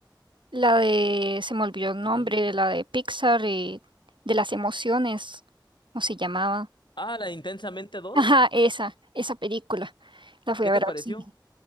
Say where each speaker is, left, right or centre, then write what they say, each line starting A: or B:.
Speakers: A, on the right; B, on the left.
A: la de, se me olvidó el
B: Ujú.
A: nombre, la de Pixar, eh, de las emociones, ¿cómo se llamaba?
B: Ah, la de Intensamente
A: <laughs>
B: dos,
A: Ajá, esa, esa película. La fui
B: ¿Qué
A: a
B: te
A: ver
B: pareció?
A: al cine.